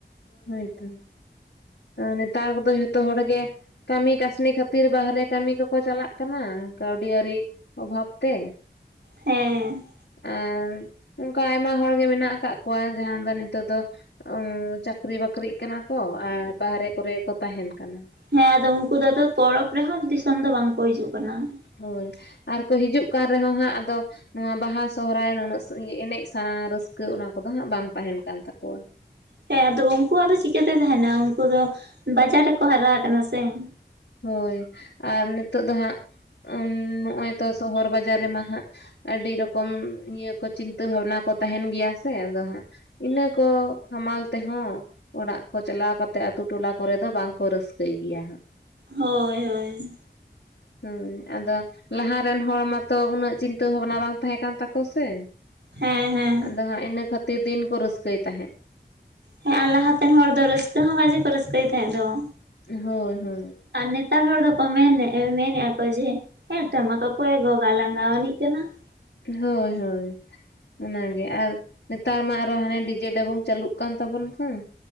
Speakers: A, on the left; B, on the right.
A: ᱦᱳᱭ ᱛᱚ ᱱᱮᱛᱟᱨ ᱠᱚᱫᱚ ᱡᱷᱚᱛᱚ ᱦᱚᱲ ᱜᱮ ᱠᱟᱹᱢᱤ ᱠᱟᱹᱥᱱᱤ ᱠᱷᱟᱹᱛᱤᱨ ᱵᱟᱦᱨᱮ ᱠᱟᱹᱢᱤ ᱠᱚᱠᱚ ᱪᱟᱞᱟᱜ ᱠᱟᱱᱟ, ᱠᱟᱹᱣᱰᱤ ᱟᱨᱤ ᱚᱵᱷᱟᱵ ᱛᱮ ᱾
B: ᱦᱮᱸ᱾
A: ᱟᱨ ᱚᱝᱠᱟ ᱟᱭᱢᱟ ᱦᱚᱲ ᱜᱮ ᱢᱮᱱᱟᱜ ᱟᱠᱟᱜ ᱠᱚᱣᱟ ᱡᱟᱦᱟᱸ ᱫᱚ ᱱᱤᱛᱳᱜ ᱫᱚ <inaudible> ᱪᱟᱹᱠᱨᱤ ᱵᱟᱹᱠᱨᱤᱜ ᱠᱟᱱᱟ ᱠᱚ ᱟᱨ ᱵᱟᱦᱨᱮ ᱠᱚᱨᱮ ᱜᱮᱠᱚ ᱛᱟᱦᱮᱱ ᱠᱟᱱᱟ ᱾
B: ᱦᱮᱸ ᱟᱫᱚ ᱩᱝᱠᱩ ᱫᱚ ᱟᱫᱚ ᱯᱚᱨᱚᱵ ᱨᱮᱦᱚᱸ ᱫᱤᱥᱚᱢ ᱫᱚ ᱵᱟᱝᱠᱚ ᱦᱤᱡᱩᱜ ᱠᱟᱱᱟ ᱾
A: ᱦᱳᱭ ᱟᱨᱠᱚ ᱦᱤᱡᱩᱜ ᱠᱟᱱ ᱨᱮᱦᱚᱸ ᱦᱟᱸᱜ ᱟᱫᱚ ᱱᱚᱣᱟ ᱵᱟᱦᱟ ᱥᱚᱦᱚᱨᱟᱭ <inaudible> ᱮᱱᱮᱡ ᱥᱟᱱᱟ ᱨᱟᱹᱥᱠᱟᱹ ᱚᱱᱟ ᱠᱚᱫᱚ ᱦᱟᱸᱜ ᱵᱟᱝ ᱛᱟᱦᱮᱱ ᱠᱟᱱ ᱛᱟᱠᱚᱣ-ᱟ ᱾
B: ᱦᱮᱸ ᱟᱫᱚ ᱩᱝᱠᱩᱣᱟᱜ ᱫᱚ ᱪᱤᱠᱟᱹᱛᱮ ᱛᱟᱦᱮᱱᱟ ᱩᱝᱠᱩ ᱫᱚ ᱵᱟᱡᱟᱨ ᱨᱮᱠᱚ ᱦᱟᱨᱟ ᱠᱟᱱᱟ ᱥᱮ ᱾
A: ᱦᱳᱭ ᱟᱨ ᱱᱤᱛᱳᱜ ᱫᱚ ᱦᱟᱸᱜ ᱱᱚᱜᱚᱭ ᱛᱚ ᱥᱚᱦᱚᱨ ᱵᱟᱡᱟᱨ ᱨᱮᱢᱟ ᱦᱟᱸᱜ ᱟᱹᱰᱤ ᱨᱚᱠᱚᱢ ᱤᱭᱟᱹ ᱠᱚ ᱪᱤᱱᱛᱟᱹ ᱵᱷᱟᱵᱱᱟ ᱠᱚ ᱛᱟᱦᱮᱱ ᱜᱮᱭᱟ ᱥᱮ ᱟᱫᱚ ᱦᱟᱸᱜ ᱤᱱᱟᱹ ᱠᱚ ᱦᱟᱢᱟᱞ ᱛᱮᱦᱚᱸ ᱚᱲᱟᱜ ᱠᱚ ᱪᱟᱞᱟᱣ ᱠᱟᱛᱮᱜ ᱟᱛᱳ ᱴᱚᱞᱟ ᱠᱚᱨᱮ ᱫᱚ ᱵᱟᱝᱠᱚ ᱨᱟᱹᱥᱠᱟᱹᱭ ᱜᱮᱭᱟ ᱦᱟᱸᱜ ᱾
B: ᱦᱳᱭ ᱦᱳᱭ᱾
A: ᱦᱳᱭ ᱟᱫᱚ ᱞᱟᱦᱟ ᱨᱮᱱ ᱦᱚᱲ ᱢᱟᱛᱚ ᱩᱱᱟᱹᱜ ᱪᱤᱱᱛᱟᱹ ᱵᱷᱟᱵᱽᱱᱟ ᱵᱟᱝ ᱛᱟᱦᱮᱸ ᱠᱟᱱ ᱛᱟᱠᱚ ᱥᱮ
B: ᱦᱮᱸ
A: ᱾
B: ᱦᱮᱸ
A: ᱟᱫᱚ ᱦᱟᱸᱜ ᱤᱱᱟᱹ ᱠᱷᱟᱹᱛᱤᱨ ᱫᱤᱱ ᱠᱚ ᱨᱟᱹᱥᱠᱟᱹᱭ ᱛᱟᱦᱮᱸᱜ ᱾
B: ᱦᱮᱸ ᱟᱨ ᱞᱟᱦᱟᱛᱮᱱ ᱦᱚᱲ ᱫᱚ ᱨᱟᱹᱥᱠᱟᱹ ᱦᱚᱸ ᱜᱟᱡᱮ ᱠᱚ ᱨᱟᱹᱥᱠᱟᱹᱭ ᱛᱟᱦᱮᱸᱜ ᱫᱚ ᱾
A: ᱦᱳᱭ ᱦᱳᱭ᱾
B: ᱟᱨ ᱱᱮᱛᱟᱨ ᱦᱚᱲ ᱫᱚᱠᱚ ᱢᱮᱱᱮᱜ ᱢᱮᱱᱮᱜ-ᱟ ᱠᱚ ᱡᱮ ᱦᱮᱸ ᱴᱟᱢᱟᱠ ᱚᱠᱚᱭᱮ ᱜᱚᱜᱟ ᱞᱟᱸᱜᱟᱣᱟᱱᱤᱡ ᱠᱟᱱᱟ ᱾
A: ᱦᱳᱭ ᱦᱳᱭ᱾ ᱚᱱᱟᱜᱮ ᱟᱨ ᱱᱮᱛᱟᱨ ᱢᱟ ᱟᱨᱚ ᱦᱟᱱᱮ ᱰᱤᱡᱮ ᱰᱟᱵᱩᱝ ᱪᱟᱹᱞᱩᱜ ᱠᱟᱱ ᱛᱟᱵᱚᱱ ᱛᱚ ᱾